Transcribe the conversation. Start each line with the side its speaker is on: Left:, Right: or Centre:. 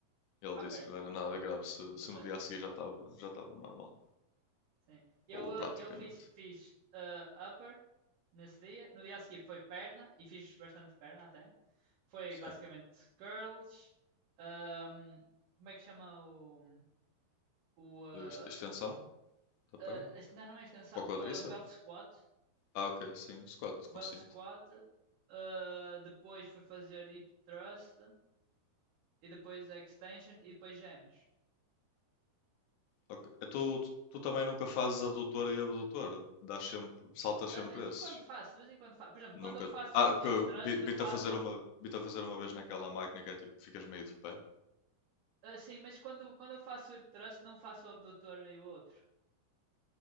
Left: Ele
Right: Ok.
Left: disse que não era nada
Right: Ah,
Left: grave se,
Right: então
Left: se
Right: estás
Left: no dia
Right: chill.
Left: a seguir já estava já estava normal,
Right: Sim. Eu,
Left: ou praticamente.
Right: eh, eu fiz, fiz eh, upper nesse dia. No dia a seguir foi perna e fiz bastante perna até. Foi
Left: Sim.
Right: basicamente curls. ahm, como é que chama o. o eh,
Left: Ex- Extensão? Da perna?
Right: eh, este- não, não é extensão.
Left: Para o quadríceps?
Right: eh, belt squat.
Left: Ah, ok, sim. Squat
Right: O
Left: com
Right: belt
Left: cinto.
Right: squat. eh, depois fui fazer hip thrust. E depois extension. E depois gêmeos.
Left: Ok. E Tu, tu, tu também nunca fazes adutora e abdutora? Dás sempre, saltas
Right: Ah,
Left: sempre
Right: De vez em
Left: esses?
Right: quando faço, de vez em quando faço. Por exemplo, quando
Left: Nunca.
Right: eu faço
Left: Ah, que
Right: hip thrust,
Left: vi- vi-te
Right: faço
Left: a fazer uma, vi-te a fazer uma vez naquela máquina que é tipo, ficas meio de pé.
Right: Ah, sim, mas quando, quando eu faço o hip thrust, não faço o abdutor e o outro.